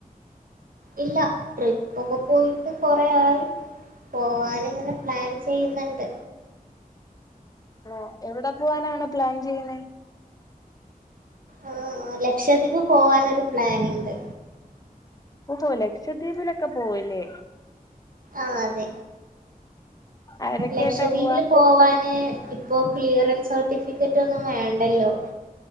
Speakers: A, on the right; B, on the left.
A: ഇല്ല ട്രിപ്പൊക്ക പോയിട്ട് കൊറേ ആയി പോവാന് ഇങ്ങനെ പ്ലാൻ ചെയ്യുന്ന്ണ്ട്
B: ഹലോ എവിടെ പോവാനാണ് പ്ലാൻ ചെയ്യണേ
A: ആഹ് ലക്ഷദ്വീപ് പോകാനൊരു പ്ലാൻ ഉണ്ട്
B: ഓഹോ ലക്ഷദ്വീപിലൊക്കെ പോവുല്ലേ
A: ആഹ് അതെ
B: ആരൊക്കെയായിട്ടാ
A: ലക്ഷദ്വീപില്
B: പോവാ
A: പോവാന് ഇപ്പോൾ ക്ലിയറൻസ് സർട്ടിഫിക്കറ്റ് ഒന്നും വേണ്ടല്ലോ